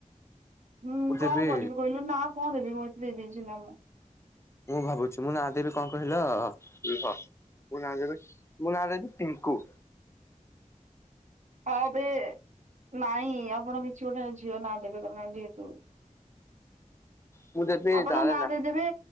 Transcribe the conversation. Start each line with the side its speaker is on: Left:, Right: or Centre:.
Right: ହୁଁ
Left: ମୁଁ
Right: କଣ
Left: ଦେବି
Right: କରିବି କହିଲୁ? ନା କଣ ଦେବି? ମୁଁ ଏତେ ଦେଇଦେଇଛି ନାମ
Left: ମୁଁ ଭାବୁଛି, ମୁଁ ନା ଆଦେହରେ କଣ କହିଲ, ଲୁହ ମୁଁ ନାଁ ଦେବୀ, ମୁଁ ନାଁ ଦେଇଛି ପିଙ୍କୁ।
Right: ହଁ ଏବେ, ନାଇଁ ଆପଣ କିଛି ଗୋଟେ ଝିଅ ନାଁ ଦେବେ। କହିଁ ଯେହେତୁ
Left: ମୁଁ ଦେବି
Right: ଆପଣ
Left: ତାର
Right: ନାଁ ଦେଇଦେବେ।